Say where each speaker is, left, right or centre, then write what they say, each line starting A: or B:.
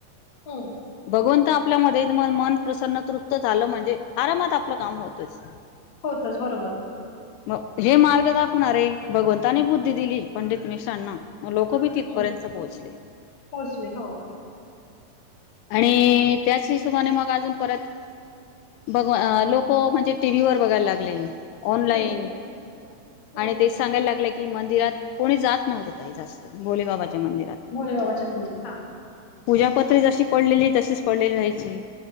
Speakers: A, on the left (about 40°); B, on the left (about 85°).
A: हम्म
B: भगवंत आप आपल्या म म मन प्रसन्न तृप्त झालं म्हणजे आरामात आपलं काम होतच
A: होतच बरोबर
B: मग हे मार्ग दाखवणार आहे भगवताने बुद्धी दिली पंडीत मक्षण ना मग लोक बी तिथपर्यंत
A: हम्म
B: पोहोचले
A: पोहोचले हो
B: आणि त्याच हिशोबाने मग अजून परत बघ लोक म्हणजे टी व्ही वर बघायला लागले ऑनलाईन
A: हम्म
B: आणि
A: हम्म
B: तेच सांगायला लागलं की मंदिरात कोणी जात नव्हत काही जास्त भोले बाबाच्या मंदिरात
A: भोले बाबाच्या मंदिरात हा
B: पूजा पत्री जशी पडलेली तशीच पडलेली जायची